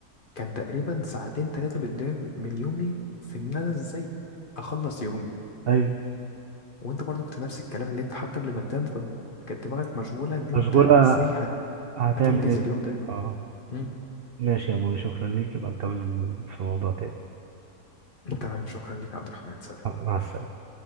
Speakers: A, on the left; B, on the right.
A: كان تقريبا ساعتين ثلاثة بتضيع من يومي في إن أنا إزاي أخلص يومي
B: ايوه
A: وأنت برضو كنت نفس الكلام اللي أنت حتى قبل ما تنام كنت كانت دماغك مشغولة إن أنت
B: مشغولة
A: إزاي هت-
B: هتعمل
A: هتنجز
B: ايه
A: اليوم ده
B: اه
A: مم.
B: ماشي يا موري شكرا ليك يبقى نكمل في موضوع تاني
A: تمام شكرا لك يا عبد الرحمن سلام
B: مع السلامة